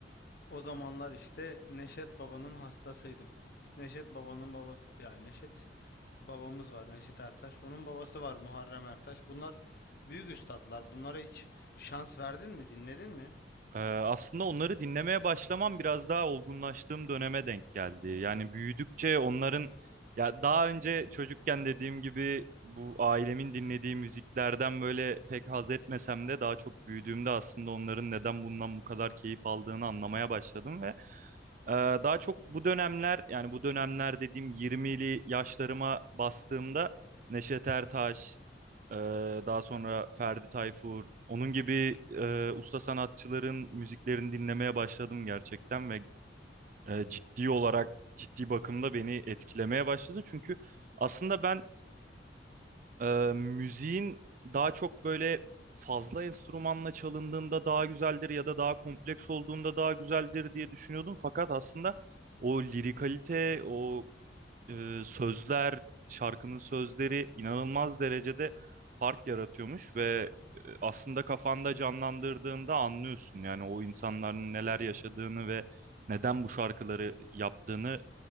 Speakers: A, on the left; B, on the right.
A: O zamanlar işte Neşet Baba'nın hastasıydım. Neşet Baba'nın babası ya Neşet babamız var Neşet Ertaş. Onun babası var Muharrem Ertaş. Bunlar büyük üstadlar. Bunlara hiç şans verdin mi? Dinledin mi?
B: Ee, aslında onları dinlemeye başlamam biraz daha olgunlaştığım döneme denk geldi. Yani büyüdükçe onların ya daha önce çocukken dediğim gibi bu ailemin dinlediği müziklerden böyle pek haz etmesem de daha çok büyüdüğümde aslında onların neden bundan bu kadar keyif aldığını anlamaya başladım ve ee, Daha çok bu dönemler yani bu dönemler dediğim 20'li yaşlarıma bastığımda Neşet Ertaş, e, daha sonra Ferdi Tayfur, onun gibi e, usta sanatçıların müziklerini dinlemeye başladım gerçekten ve e, ciddi olarak ciddi bakımda beni etkilemeye başladı. Çünkü aslında ben ee, müziğin daha çok böyle fazla enstrümanla çalındığında daha güzeldir ya da daha kompleks olduğunda daha güzeldir diye düşünüyordum. Fakat aslında o lirikalite, o e, sözler, şarkının sözleri inanılmaz derecede fark yaratıyormuş ve e, aslında kafanda canlandırdığında anlıyorsun. Yani o insanların neler yaşadığını ve neden bu şarkıları yaptığını